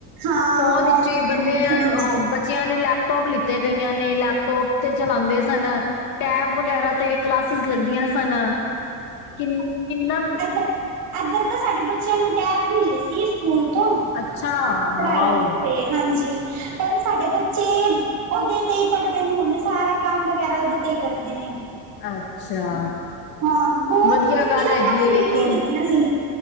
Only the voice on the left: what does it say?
ਫੋਨ ਵਿੱਚ
ਹੀ ਬੰਦਿਆਂ,
ਬੱਚਿਆਂ ਨੇ ਲੈਪਟੋਪ ਲਿੱਤੇ ਆ ਕਈਆਂ ਨੇ ਲੈਪ ਟੋਪ ਤੇ ਚਲਾਂਦੇ ਸਨ, ਟੈਬ ਵਗੈਰਾ ਤੇ ਕਲਾਸ ਸ ਲੱਗਦੀਆਂ ਸਨ, ਕਿੰਨ- ਕਿੰਨਾ
ਅੱਛਾ ਵਾਓ
ਅੱਛਾ
ਵਧੀਆ
ਗੱਲ
ਹੈਗੀ
ਏ ਵੇਖੋ